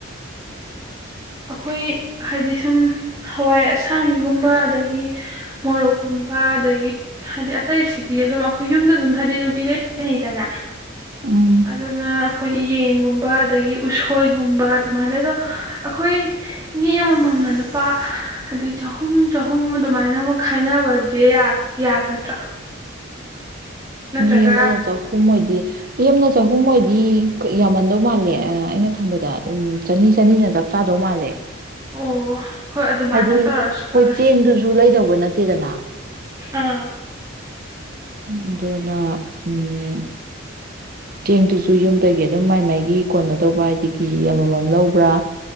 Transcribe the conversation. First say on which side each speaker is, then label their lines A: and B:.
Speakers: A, on the right (about 15°); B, on the right (about 45°).
A: ꯑꯩꯈꯣꯏ ꯍꯥꯏꯗꯤ ꯁꯨꯝ ꯍꯋꯥꯏ ꯑꯁꯥꯡꯃꯤꯒꯨꯝꯕ ꯑꯗꯒꯤ ꯃꯣꯔꯣꯛꯀꯨꯝꯕ ꯑꯗꯒꯤ ꯍꯥꯏꯗꯤ ꯑꯇꯩꯁꯤꯗꯤ ꯑꯗꯨꯝ ꯑꯩꯈꯣꯏ ꯌꯨꯝꯗ ꯑꯗꯨꯝ ꯍꯥꯏꯕꯗꯤ ꯑꯗꯨꯝ ꯏꯔꯩꯅꯤꯩꯗꯅ
B: ꯎꯝ
A: ꯑꯗꯨꯅ ꯑꯩꯈꯣꯏ ꯌꯦꯟꯒꯨꯝꯕ ꯑꯗꯒꯤ ꯎꯁꯣꯏꯒꯨꯝꯕ ꯑꯗꯨꯃꯥꯏꯅ ꯂꯩꯗꯣ ꯑꯩꯈꯣꯏ ꯃꯤ ꯑꯃꯃꯝꯅ ꯂꯨꯄꯥ ꯍꯥꯏꯗꯤ ꯆꯍꯨꯝ ꯆꯍꯨꯝ ꯑꯗꯨꯃꯥꯏꯅ ꯑꯃꯨꯛ ꯈꯥꯏꯅꯕꯁꯦ ꯌꯥꯒꯗ꯭ꯔꯥ ꯅꯠꯇ꯭ꯔꯒ
B: ꯃꯤ ꯑꯃꯗ ꯆꯍꯨꯝ ꯑꯣꯏꯗꯤ ꯄꯦꯝꯅ ꯆꯍꯨꯝ ꯑꯣꯏꯗꯤ ꯌꯥꯝꯃꯟꯗꯧ ꯃꯥꯜꯂꯦ ꯑꯩꯅ ꯈꯟꯕꯗ ꯎ ꯆꯅꯤ ꯆꯅꯤꯅ ꯆꯞ ꯆꯥꯗꯧ ꯃꯥꯜꯂꯦ
A: ꯑꯣ ꯍꯣꯏ ꯑꯗꯨꯃꯥꯏꯅ
B: ꯍꯥꯏꯗꯤ ꯑꯩꯈꯣꯏ
A: ꯇꯧꯔꯁꯨ ꯇꯧꯔꯁꯤ
B: ꯆꯦꯡꯗꯨꯁꯨ ꯂꯩꯗꯧꯕ ꯅꯠꯇꯦ ꯗꯅ
A: ꯑꯥ
B: ꯎꯝ ꯑꯗꯨꯅ ꯎꯝ ꯆꯦꯡꯗꯨꯁꯨ ꯌꯨꯝꯗꯒꯤ ꯑꯗꯨꯝ ꯃꯥꯏ ꯃꯥꯏꯒꯤ ꯀꯅꯣ ꯇꯧꯕ ꯍꯥꯏꯗꯤ ꯀꯦꯖꯤ ꯑꯃꯃꯝ ꯂꯧꯕ꯭ꯔꯥ